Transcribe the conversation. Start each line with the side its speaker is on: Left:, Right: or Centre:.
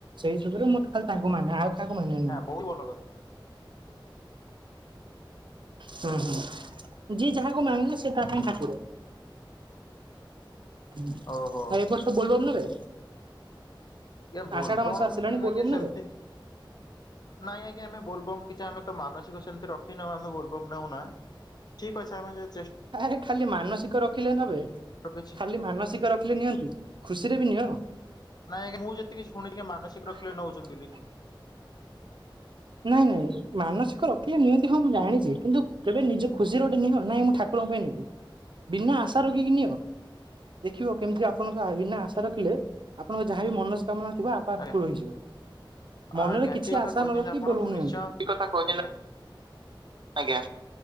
Right: ସେଇ ସୁବୁରୁ ମୁଁ ତ ଖାଲି ତାଙ୍କୁ ମାନେ ଆଉ କାହାକୁ ମାନେ ନେଇ।
Left: ବହୁତ୍ ଭଲ
Right: ହୁଁ ହୁଁ ଯିଏ ଯାହାକୁ ମାନିଲା ସେ ତା ପାଇଁଁ ଠାକୁର। ଆ
Left: ହଁ ଓହୋ।
Right: ଏ ବର୍ଷ ବୋଲ୍ ବମ୍ ନେବେ?
Left: ଇଏ ବୋଲବମ୍
Right: ଆଷାଢ ମାସ ଆସିଲାଣି ବୋଲବମ୍
Left: ଆଜ୍ଞା ସେମିତି।
Right: ନେବେ
Left: ନାଇଁ ଆଜ୍ଞା ଆମେ ବୋଲବମ୍ କିଛି ଆମେ ତ ମାନସିକ ସେମିତି ରଖିନଉ ଆମେ ବୋଲବମ୍ ନଉନା। ଠିକ୍ ଅଛି ଆମେ ଯେ
Right: ଆରେ ଖାଲି ମାନସିକ ରଖିଲେ ନବେ
Left: କିଛି
Right: ଖାଲି ମାନସିକ ରଖିଲେ ନିଅନ୍ତି। ଖୁସିରେ ବି ନିଅ।
Left: ନାଇଁ ଆଜ୍ଞା ମୁଁ ଯେତିକ ଶୁଣି ଟି ମାନସିକ
Right: ନାଇଁ
Left: ରଖିଲେ ନେଉଚନ୍ତି ବୋଲି।
Right: ନାଇଁ ନାଇଁ ମାନସିକ ରଖିଲେ ନିଅନ୍ତି ହଁ ମୁଁ ଜାଣିଛି କିନ୍ତୁ କେବେ ନିଜ ଖୁସିର ଗୋଟେ ନିଅ ନାଇଁ ମୁଁ ଠା ଠାକୁରଙ୍କ ପାଇଁ ନେବି ବିନା ଆଶା ରଖିକି ନିଅ। ଦେଖିବ କେମିତି ଆପଣଙ୍କ ବିନା ଆଶା ରଖିଲେ ଆପଣଙ୍କ ଯାହାବି ମନସ୍କାମନା ଥିବ ଆପ୍ ବା
Left: ଆଜ୍ଞା
Right: ପୁର ହେଇଯିବ ମନରେ
Left: ଆଜ୍ଞା
Right: କିଛି
Left: ଠିକ କଥା
Right: ଆସା
Left: କହିଛନ୍ତି
Right: ନ ର
Left: ଆପଣ
Right: ବୋଲ ବମ୍
Left: ମୁଁ
Right: ନିଅନ୍ତୁ
Left: ନିଶ୍ଚୟ
Right: ଠିକ୍ କଥା କହିଚନ୍ତି
Left: ଆଜ୍ଞା
Right: ନା ଆଜ୍ଞା